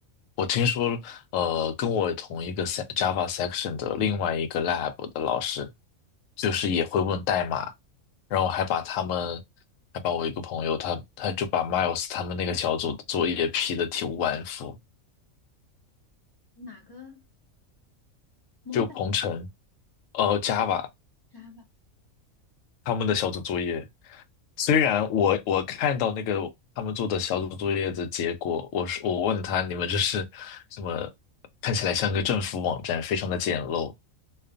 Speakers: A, on the left (about 70°); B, on the left (about 30°).
A: 我听说，呃，跟我同一个 se- Java section 的另外一个 lab 的老师，就是也会问代码，然后还把他们，还把我一个朋友，他他就把 Miles 他们那个小组的作业批得体无完肤。
B: 哪个 m
A: 就鹏程，
B: o b i l
A: 呃 Java
B: Java
A: 他们的小组作业，虽然我我看到那个他们做的小组作业的结果，我是我问他你们这是什么？看起来像个政府网站，非常的简陋，